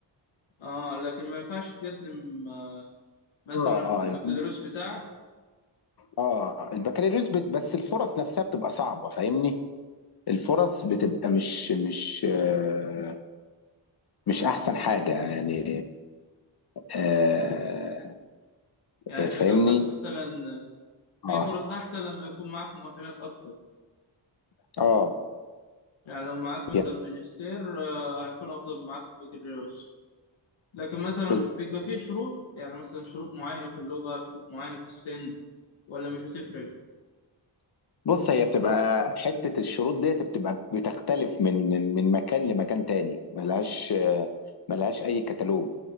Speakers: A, on the left; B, on the left.
A: اه لكن ما ينفعش تقدم آه، مثلا
B: اه
A: بالبكالوريوس
B: اه
A: بتاعك
B: اه البكالوريوس بت... بس الفرص نفسها بتبقى صعبة فاهمني الفرص بتبقى مش مش آه مش احسن حاجة يعني آه
A: يعني
B: آه،
A: انت
B: فاهمني
A: قصدك مثلا في
B: اه
A: فرص احسن لما يكون معاك مؤهلات اكتر
B: اه
A: يعني لو معاك مثلا
B: يعني
A: ماجستير آه، هيكون افضل من معاك البكالوريوس لكن مثلا
B: بز-
A: بيبقى فيه شروط يعني مثلا شروط معينة في اللغة شروط معينة في السن ولا مش بتفرق
B: بص هي بتبقى حتة الشروط ديت بتبقى بتختلف من من من مكان لمكان تاني ملهاش آه، ملهاش اي كتالوج